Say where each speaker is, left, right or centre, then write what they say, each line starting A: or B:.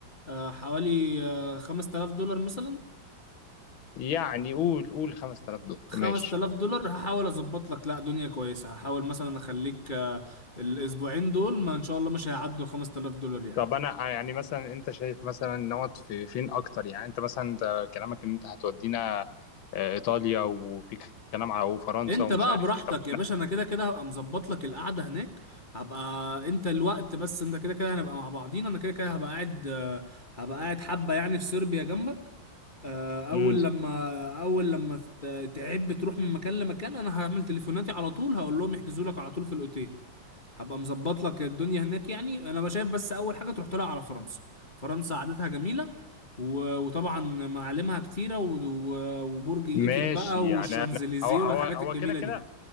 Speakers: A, on the left; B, on the left.
A: آه، حوالي آه، 5000 دولار مثلا
B: يعني قول قول 5000 دولار
A: 5000
B: ماشي
A: دولار هحاول اظبط لك لا دنيا كويسه هحاول مثلا اخليك آه، الاسبوعين دول ما ان شاء الله مش هيعدوا 5000 دولار يعني
B: طب انا آه، يعني مثلا انت شايف مثلا نقعد في فين اكتر يعني انت مثلا انت كلامك ان انت هتودينا آه، ايطاليا وفي كلام على وفرنسا
A: انت
B: ومش
A: بقى
B: عارف
A: براحتك
B: ايه طب احنا
A: يا باشا انا كده كده هبقى مظبط لك القعده هناك هبقى انت الوقت بس انت كده كده هنبقى مع بعضينا انا كده كده هبقى قاعد آه، هبقى قاعد حبه يعني في صربيا جنبك آه، اول
B: امم
A: لما اول لما ت- تعب تروح من مكان لمكان انا هعمل تليفوناتي على طول هقول لهم يحجزوا لك على طول في الاوتيل هبقى مظبط لك الدنيا هناك يعني انا شايف بس اول حاجه تروح طالع على فرنسا فرنسا عادتها جميله و- وطبعا معالمها كتيرة و- و- وبرج ايفل
B: ماشي
A: بقى والشانزليزيه
B: يعني انا هو هو
A: والحاجات
B: هو
A: الجميلة
B: كده كده
A: دي